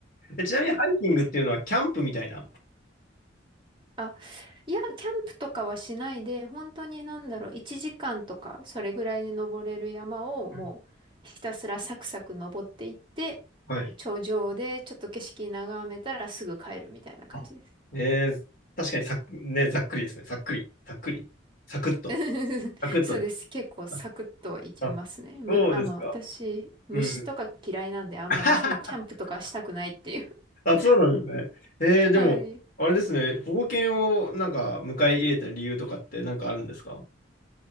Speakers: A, on the left; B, on the right.
A: え、ちなみにハイキングっていうのはキャンプみたいな。
B: あ、いや、キャンプとかはしないで、本当になんだろう、1時間とか、それぐらいで登れる山をもうひたすらサクサク登っていって、
A: うんはい。
B: 頂上でちょっと景色眺めたらすぐ帰るみたいな感じです。
A: あええ確かにさっ、ね、ざっくりですね。さっくり。さっくり。サクッと。
B: <laughs>
A: サクッとです。
B: そうです。結構サクッと行きますね。
A: あ、あ
B: む、
A: そうですか。
B: あの、私、虫とか嫌いなんであんまりそういうキャンプとかしたくないっていう。
A: うん。<laughs> あ、そうなんですね。ええでも、
B: <laughs> はい。
A: あれですね。保護犬をなんか迎え入れた理由とかってなんかあるんですか